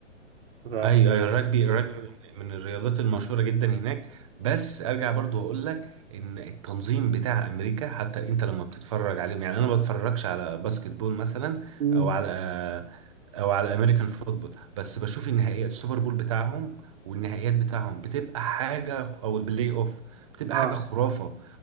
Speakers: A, on the right; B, on the right.
A: ف...
B: ايوه ايوه الرجبي الرجبي من من الرياضات المشهوره جدا هناك بس ارجع برضو اقول لك ان التنظيم بتاع امريكا حتى انت لما بتتفرج عليهم يعني انا ما بتفرجش على باسكت بول مثلا
A: مم.
B: او على او على امريكان فوتبول بس بشوف النهائيات السوبر بول بتاعهم والنهائيات بتاعهم بتبقى حاجه او البلاي اوف بتبقى
A: اه
B: حاجه خرافه